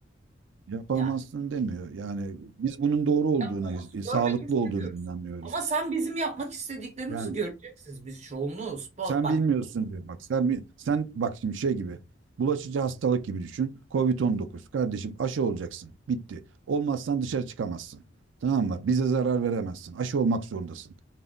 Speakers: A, on the right (about 75°); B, on the right (about 35°).
A: yapamazsın
B: Yani
A: demiyor. Yani biz bunun doğru olduğuna,
B: yapamazsın.
A: e,
B: Görmek
A: sağlıklı
B: istemiyoruz.
A: olduğuna inanıyoruz.
B: Ama sen bizim yapmak istediklerimizi
A: Yani
B: göreceksiniz. Biz çoğunluğuz. Ba-
A: Sen
B: Bak
A: bilmiyorsun diyor. Bak sen bi- sen bak şimdi şey gibi. Bulaşıcı hastalık gibi düşün. Covid-19 kardeşim aşı olacaksın. Bitti. Olmazsan dışarı çıkamazsın. Tamam mı? Bize zarar veremezsin. Aşı olmak zorundasın